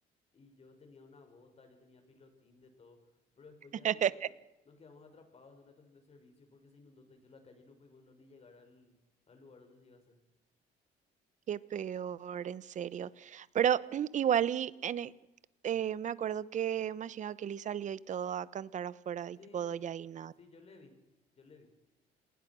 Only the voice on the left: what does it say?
Y yo tenía una bota, yo tenía pilotín de todo, pero después
ya nos, que- no- nos quedamos atrapados en una estación de servicio porque se inundó todo la calle y no pudimos lo- ni llegar al, al lugar donde se iba a hacer.
Sí,
y-
sí, yo le vi, yo le vi.